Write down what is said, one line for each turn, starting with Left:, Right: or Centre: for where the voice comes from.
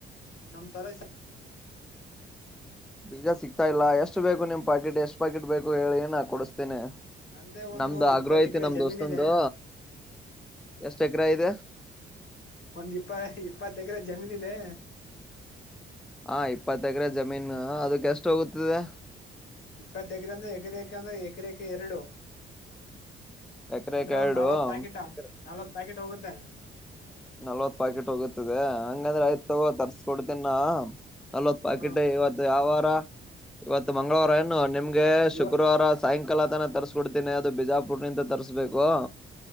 Left: ನಮ್ ತರ. <unintelligible>
Centre: ಬೀಜ ಸಿಗ್ತಾ ಇಲ್ಲ ಎಷ್ಟು ಬೇಕು ನಿಮ್ ಪಾಕಿಟ್ ಎಷ್ಟು ಪಾಕಿಟ್ ಬೇಕು ಹೇಳಿ ನ ಕೊಡುಸ್ತೀನಿ.
Left: ನಂದೇ ಒಂದು
Centre: ನಮ್ದ ಆಗ್ರೂ
Left: ಇಪ್ಪತ್
Centre: ಐತಿ
Left: ಎಕರೆ
Centre: ನಮ್
Left: ಜಮೀನ್
Centre: ದೋಸ್ತಂದು
Left: ಇದೆ
Centre: ಎಷ್ಟ ಎಕ್ರ ಇದೆ.
Left: ನಮ್ದ್ ಇಪ್ಪ ಇಪ್ಪತ್ ಎಕ್ರೆ ಜಮೀನಿದೆ.
Centre: ಹ ಇಪ್ಪತ್ ಎಕ್ರೆ ಜಮೀನು ಅದುಕ್ ಎಷ್ಟ್ ಹೋಗುತ್ತದೆ.
Left: ಇಪ್ಪತ್ ಎಕ್ರೆ ಅಂದ್ರೆ ಎಕರೆಕೆ ಅಂದ್ರೆ ಎಕರೆೇಕ ಎರಡು.
Centre: ಎಕರೆಕ್
Left: ಅಂದ್ರೆ
Centre: ಎರಡು
Left: ಒಂದ್ ನಾಲ್ವತ್ ಪ್ಯಾಕಿಟಾ
Centre: ಎಕರೆ
Left: ನಾಲ್ವತ್ ಪ್ಯಾಕಿಟ್ ಹೋಗುತ್ತೆ.
Centre: ನಲ್ವತ್ ಪಾಕಿಟ್ ಹೋಗುತ್ತದೆ ಹಂಗಂದ್ರಯ್ತ್
Left: ಹ್ಮ
Centre: ತಗೋ ತರ್ಸ್ಕೊಡ್ತೀನ್ ನಾ. ನಲ್ವತ್ ಪಾಕಿಟ
Left: ಹಾ
Centre: ಇವತ್ ಯಾವರ ಇವತ್ ಮಂಗ್ಳುವಾರ ಏನು ನಿಮ್ಗೆ
Left: ಇವ
Centre: ಶುಕ್ರವಾರ ಸಿ ಸಾಯಂಕಾಲ ತಾನೆ ತರಿಸ್ಕೊಡ್ತೀನೆ ಅದು ಬಿಜಾಪುರ್ನಿಂದ ತರುಸ್ಬೇಕು.